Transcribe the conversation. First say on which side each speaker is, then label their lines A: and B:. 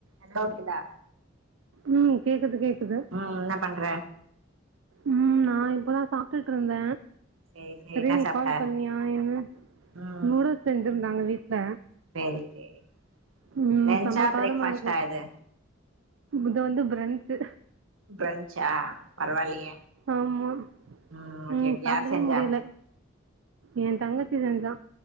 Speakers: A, on the right; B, on the right.
A: ஹலோக்குதா
B: ம் கேக்குது கேக்குது
A: ம் என்ன பண்ற
B: ம் நா இப்பதா சாப்டுட்டு இருந்த
A: சேரி சேரி
B: சரி
A: என்ன
B: நீ
A: சாப்ட்ட
B: கால் பண்ணியா என்ன
A: ம்
B: நூடுல்ஸ் செஞ்சிருந்தாங்க வீட்ல
A: சேரி சேரி
B: ம்
A: லன்ச்சா
B: செம காரமா
A: பிரேக்ஃபாஸ்ட்டா
B: இருக்கு
A: இது
B: இத வந்து பிரன்ச்சி
A: பிரன்ச்சா பரவாயில்லையே
B: ஆமா
A: ம் ஓகே
B: உம்
A: ஓகே
B: சாப்டவே
A: யார் செஞ்சா
B: முடியல ஏ தங்கச்சி செஞ்சா